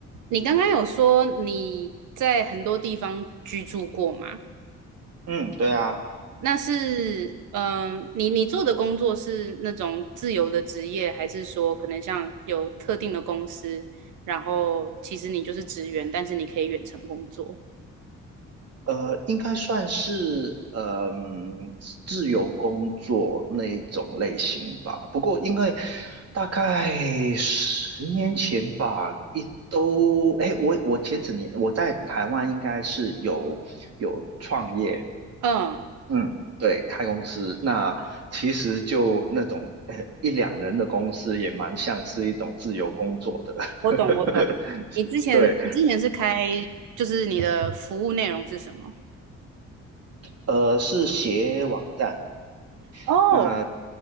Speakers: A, on the right; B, on the right.
A: 你刚刚有说你在很多地方居住过吗？
B: 嗯，对啊，
A: 那是，嗯，你你做的工作是那种自由的职业，还是说可能像有特定的公司，然后其实你就是职员，但是你可以远程工作？
B: 呃，应该算是嗯、自由工作那一种类型吧。不过因为大概十年前吧，一都哎，我我前几年我在台湾应该是有有创业，
A: 嗯，
B: 嗯，对，开公司。那其实就那种呃一两人的公司，也蛮像是一种自由工作的。
A: 我懂，
B: <laughs>
A: 我懂。你之前你之前是开，
B: 对，
A: 就是你的服务内容是什么？
B: 呃，是写网站。
A: 哦，
B: 那。